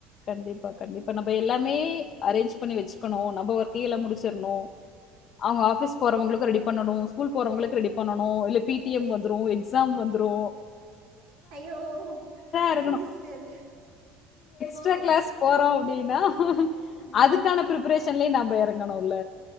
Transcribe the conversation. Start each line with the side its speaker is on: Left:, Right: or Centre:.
Left: கண்டிப்பா கண்டிப்பா நம்ப எல்லாமே அரேஞ்ச் பண்ணி வெச்சுக்கனு நம்ப ஒர்க்கு எல்லா முடிச்சிர்னு அவுங்க ஆஃபீஸ் போறவங்களுக்கு ரெடி பண்ணனு ஸ்கூல் போறவங்களுக்கு ரெடி பண்ணனு இல்ல பி டி எம் வந்துரு எக்ஸாம் வந்துரு
Right: ஐயோ வேணாங்
Left: இருக்கணும்
Right: சிஸ்டர் போது
Left: எக்ஸ்ட்ரா கிளாஸ் போறோ அப்டி நா
Right: ஆ
Left: அதுக்கான பிரிப்பரே ஷன்லயு நம்ப எறங்கனுல்ல